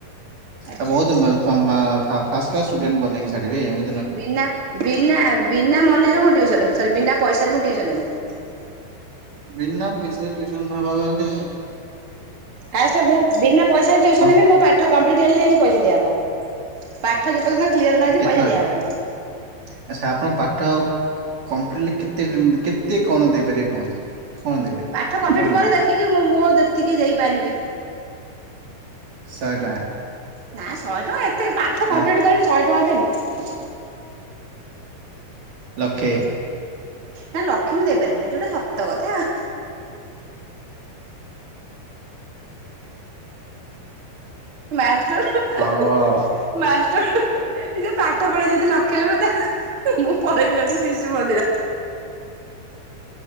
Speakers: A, on the right; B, on the right.
A: ଆଚ୍ଛା
B: ଆଉ ବହୁତ ମ ମ ଫାଷ୍ଟ କ୍ଲାସ ଷ୍ଟୁଡେଣ୍ଟ କ ନେଇକି ଛାଡିବେ ଏମି
A: ବିନା ବିନା ବିନା ମନିରେ ମୁଁ ଟିଉସନ ହେବି ସରୀ ବିନା ପଇସାାରେ ମୁଁ ଟିଉସନ ହେବି।
B: ବିନା ପଇସାରେ ଟିଉସନ୍ ହେବାକୁ ହେଲେ ଏ
A: ଫାର୍ଷ୍ଟ ମୁଁ ବିନା ପଇସାରେ ଟିଉସନ
B: କଣ
A: ହେବି ମୋ ପାଠ କମ୍ପ୍ଲିଟ ହେଲେ ଯାଇକି ପଇସା ଦିଆହବ। ପାଠ ଯେପର୍ଯ୍ୟନ୍ତ କ୍ଲିୟର ନ ହେଇଛି
B: କେତେ
A: ପଇସା
B: ଟଙ୍କା
A: ଦିଆହବନି।
B: ଆଛା ଆପଣଙ୍କ ପାଠ କମ୍ପ୍ଲିଟ କେତେ କେ କେତେ କଣ ଦେଇପାରିବେ କୁହନ୍ତୁ। କଣ ଦେବେ
A: ପାଠ
B: କେତେ
A: କମ୍ପ୍ଲିଟ
B: ଟଙ୍କା
A: କରେ
B: ଦେଇପାରିବେ
A: ଦେଖିକି ମୁଁ ମୁଁ ଯେତିକି ଦେଇପାରିବି।
B: ଶହେ ଟଙ୍କା।
A: ନା ଶହେ ଟଙ୍କା ଏତେ ପାଠ କମ୍ପ୍ଲିଟ
B: ଆ,
A: କରିବି ଶହେ ଟଙ୍କା ଦେମି।
B: ଲକ୍ଷେ।
A: ନାଇ ଲକ୍ଷେ ମୁଁ ଦେଇ ପାରିବିନି ଯୋଉଟା ସତ କଥା ଆଉ। ମାଷ୍ଟର ହ
B: ହଉ
A: ହ
B: ହଉ।
A: ମାଷ୍ଟର ହ ହ। ଏ ଯଉ ପାଠ ପଢେଇ ଯଦି ଲକ୍ଷେ ନେବେ ତାହେଲେ ମୁଁ ପଳେଇବି ଯାଉଚି ଶିଶୁ ମନ୍ଦିର।